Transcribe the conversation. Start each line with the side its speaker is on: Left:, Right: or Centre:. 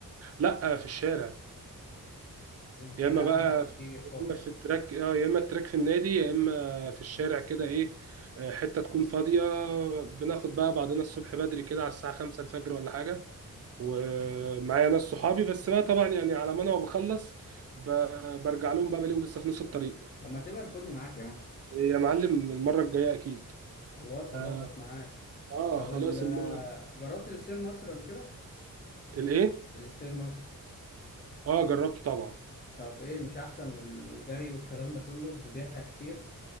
Right: لا آه، في الشارع
Left: الشارع
Right: يا اما بقى
Left: امتع بكتير
Right: يا
Left: طبعا
Right: اما في التراك اه يا اما التراك في النادي يا اما في الشارع كده ايه آه، حته تكون فاضيه بناخد بقى بعضنا الصبح بدري كده على الساعه 5 الفجر ولا حاجه ومعايا
Left: مم.
Right: ناس صحابي بس بقى طبعا يعني على ما انا بخلص ب- برجع لهم بقى بلاقيهم لسه في نص الطريق
Left: طب ما تبقى تاخدني معاك يا عم
Right: يا معلم المره الجايه اكيد
Left: خلاص
Right: اه
Left: هظبط معاك
Right: آه،
Left: طب
Right: خلاص
Left: ال
Right: المره
Left: جربت الستير ماستر قبل كده
Right: الايه
Left: الستير ماستر
Right: اه جربته طبعا
Left: طب ايه مش احسن من الجري والكلام ده كله وبيحرق كتير